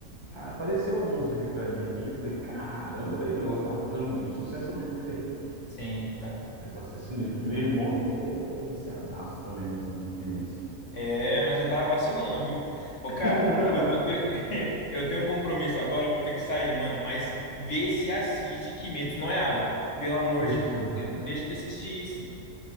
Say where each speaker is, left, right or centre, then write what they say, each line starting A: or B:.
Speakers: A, on the right (about 20°); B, on the left (about 65°).
A: Cara, apareceu o anúncio aqui pra mim aqui, eu falei, caramba, velho, o negócio tá fazendo muito sucesso mesmo, hein, velho.
B: Sim, então.
A: O negócio é sinistro. Meu irmão que é viciadaço também nesse no Kimetsu.
B: É, mas você tá vacilando, viu? Ô, cara,
A: <laughs>
B: eu vou ter... <laughs> eu tenho um compromisso agora, eu vou ter que sair, mano. Mas vê se assiste Kimetsu no Yaiba. Pelo amor
A: Fechou.
B: de Deus, cara, não deixe de assistir isso.